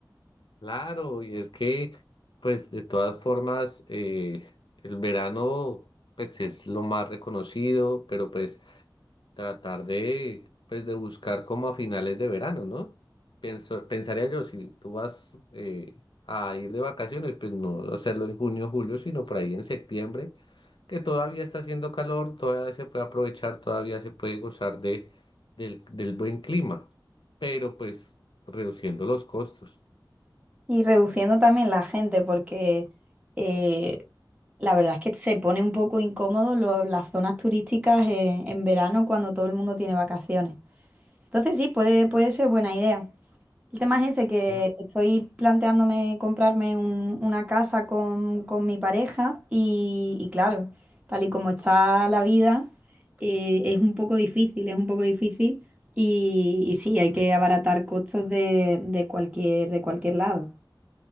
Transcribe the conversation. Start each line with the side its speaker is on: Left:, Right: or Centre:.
Left: Claro, y es que pues de todas formas eh, el verano pues es lo más reconocido, pero pues tratar de, pues, de buscar como a finales de verano, ¿no? Pienso, pensaría yo, si tú vas eh, a ir de vacaciones, pues no hacerlo en junio, julio, sino por ahí en septiembre, que todavía está haciendo calor, todavía se puede aprovechar, todavía se puede gozar de, del, del buen clima, pero pues reduciendo los costos.
Right: Y reduciendo también la gente, porque eh, la verdad es que se pone un poco incómodo lo- las zonas turísticas en, en verano cuando todo el mundo tiene vacaciones. Entonces sí, puede, puede ser buena idea. El tema es ese, que
Left: Cla-
Right: estoy planteándome comprarme un- una casa con, con mi pareja y, y claro, tal y como está la vida, eh, es un poco difícil, es un poco difícil y, y sí, hay que abaratar costos de, de cualquier, de cualquier lado.